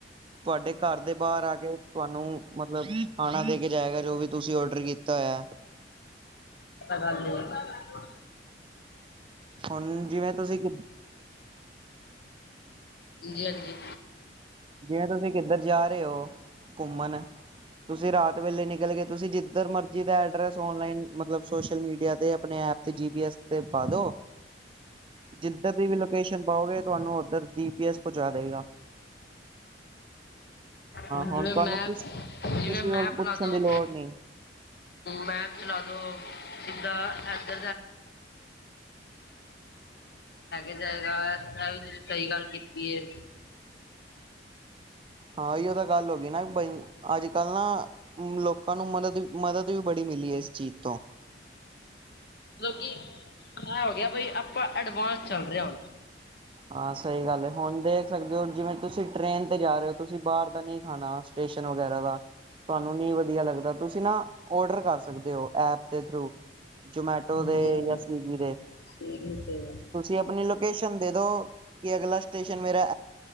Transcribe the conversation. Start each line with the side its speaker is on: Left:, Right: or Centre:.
Right: ਤੁਹਾਡੇ ਘਰ ਦੇ ਬਾਹਰ ਆ ਕੇ ਤੁਹਾਨੂੰ ਮਤਲਬ ਖਾਣਾ ਦੇ। ਦੇ ਕੇ ਜਾਏਗਾ ਜੋ ਵੀ ਤੁਸੀਂ ਆਰਡਰ ਕੀਤਾ ਹੋਇਆ।
Left: ਪਤਾ ਗੱਲ ਕੀ।
Right: ਹੁਣ ਜਿਵੇਂ ਤੁਸੀਂ ਕਿ
Left: ਹਾਂਜੀ ਹਾਂਜੀ।
Right: ਜੇਤੁਸੀਂ ਕਿੱਧਰ ਜਾ ਰਹੇ ਹੋ ਘੁੰਮਨ। ਤੁਸੀਂ ਰਾਤ ਵੇਲੇ ਨਿਕਲ ਗਏ ਤੁਸੀਂ ਜਿੱਧਰ ਮਰਜ਼ੀ ਦਾ ਐਡਰੈਸ ਆਨਲਾਈਨ ਮਤਲਬ ਸੋਸ਼ਲ ਮੀਡੀਆ ਤੇ। ਆਪਣੀ ਜੀਪੀਐਸ ਤੇ ਪਾ ਦਿਓ। ਜਿੱਦਰ ਦੀ ਵੀ ਲੋਕੇਸ਼ਨ ਪਾਓਗੇ। ਤੁਹਾਨੂੰ ਉਧਰ ਜੀਪੀਐਸ ਪਹੁੰਚਾ ਦੇਵੇਗਾ।
Left: ਉਹ
Right: ਹੁਣ
Left: ਜਿਵੇਂ
Right: ਤੁਹਾਨੂੰ
Left: ਮੈਪ
Right: ਕਿਸ ਕਿਸੇ
Left: ਮੈਪ
Right: ਕੋਲ ਪੁੱਛਣ
Left: ਲਾ ਦਿਓ।
Right: ਦੀ ਲੋੜ ਨਹੀਂ
Left: ਮੈਪ ਚਲਾ ਦਿਓ। ਲੈ ਕੇ ਜਾਏਗਾ। ਗੱਲ ਕੀਤੀ ਏ।
Right: ਹਾਂ ਜੀ ਉਹ ਤਾਂ ਗੱਲ ਹੋ ਗਈ ਨਾ ਅੱਜ ਕੱਲ ਨਾ ਲੋਕਾਂ ਨੂੰ ਮਦਰ ਮਦਦ ਵੀ ਬੜੀ। ਇਸ ਚੀਜ਼ ਤੋਂ।
Left: ਲੋਕੀ ਇਹ ਹੋ ਗਿਆ ਬਈ ਆਪਾਂ ਐਡਵਾਂਸ ਚੱਲ ਰਹੇ ਹਾਂ ਹੁਣ।
Right: ਹਾਂ ਸਹੀ ਗੱਲ ਹ ਹੁਣ ਦੇਖ ਸਕਦੇ ਹੋ ਜਿਵੇਂ ਤੁਸੀਂ ਟਰੇਨ ਤੇ ਜਾ ਰਹੇ ਹੋ ਤੁਸੀਂ ਬਾਹਰ ਦਾ ਨਹੀਂ ਖਾਣਾ ਸਟੇਸ਼ਨ। ਵਗੈਰਾ ਦਾ ਤੁਹਾਨੂੰ ਨਹੀਂ ਵਧੀਆ ਲੱਗਦਾ ਤੁਸੀਂ ਨਾ ਆਰਡਰ ਜੋਮੈਟੋ
Left: ਹਾਂਜੀ
Right: ਦੇ
Left: ਹਾਂਜੀ
Right: ਯਸ ਨੀਕੀ ਦੇ
Left: ਸੀੜੀ ਤੇ
Right: ਤੁਸੀਂ ਆਪਣੀ ਲੋਕੇਸ਼ਨ ਦੇ ਕਿ ਅਗਲਾ ਸਟੇਸ਼ਨ ਮੇਰਾ